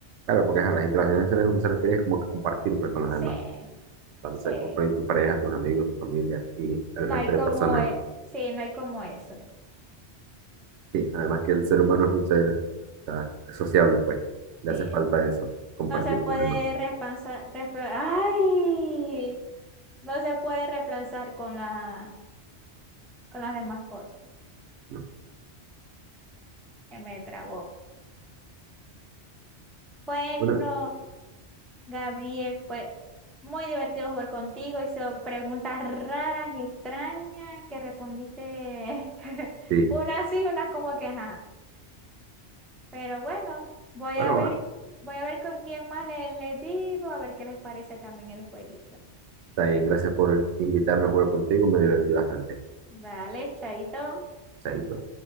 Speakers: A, on the right; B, in the centre.
A: Claro, porque ajá, las interacciones sociales no se refiere como que compartir pues, con los demás.
B: Sí,
A: sea, no
B: sí.
A: sé, con con tu pareja, tus amigos, tu familia y el
B: No
A: resto
B: hay como,
A: de personas.
B: e- sí, no hay como eso.
A: Sí, además que el ser humano es un ser, o sea, sociable, pues. Le
B: Sí.
A: hace falta eso, compartir
B: No se puede
A: con los demás,
B: reemplazar. repla- ¡Ay! No se puede reemplazar con la, con las demás cosas.
A: ¿no?
B: Se me trabó. Bueno.
A: Bueno,
B: Gabriel, fue muy divertido jugar contigo. Hizo preguntas raras, extrañas, que respondiste <laughs>
A: sí.
B: unas sí, unas como que ajá. Pero bueno, voy
A: Bueno,
B: a ver,
A: bueno,
B: voy a ver con quién más le, le digo, a ver qué les parece también el jueguito.
A: está bien. Gracias por invitarme a jugar contigo. Me divertí bastante.
B: Dale, chaito.
A: Chaito.